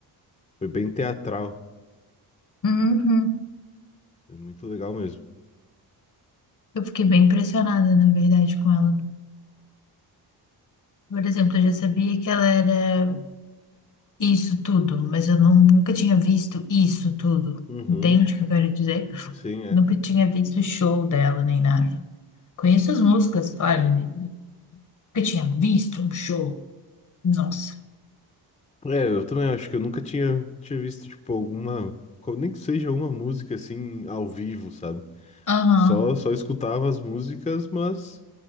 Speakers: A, on the left (about 15°); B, on the left (about 45°).
A: foi bem teatral.
B: Uhum.
A: Foi muito legal mesmo.
B: Eu fiquei bem impressionada, na verdade, com ela. Por exemplo, eu já sabia que ela era isso tudo, mas eu não- nunca tinha visto isso tudo.
A: Uhum,
B: Entende o que eu quero dizer?
A: sim, é.
B: Nunca tinha visto show dela nem nada. Conheço as músicas, claro, né? Nunca tinha visto um show. Nossa.
A: É, eu também acho que eu nunca tinha, tinha visto, tipo, alguma, co- nem que seja uma música, assim, ao vivo, sabe?
B: Aham.
A: Só, só escutava as músicas, mas